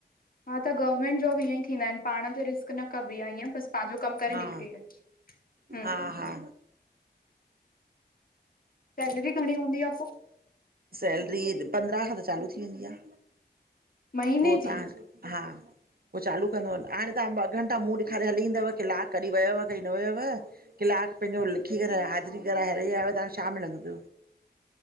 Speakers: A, on the left (about 55°); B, on the right (about 60°).
A: हा त गवर्नमेंट जॉब इअं ही थींदा आहिनि पाण ते रिस्क क न कबी आ ईअ बसि पंहिंजो कम करे
B: हा
A: निकिरी अच। हम्म
B: हा हा
A: सैलरी घणी हूंदी आ पो।
B: सैलरी पंद्रहं खां त चालू थी वेंदी आ।
A: महीने
B: पो
A: जी?
B: तव्हां हा उह चालू कंदो आ। हाणे तव्हां ॿ घंटा मूंं ॾेखारे हली ईंदव कलाकु कॾहि वयव कई न वयव। कीलाकु पंहिंजो लिखी करे हाज़री कराए हली आयव तव्हांखे छा मिलंदो ॿियो।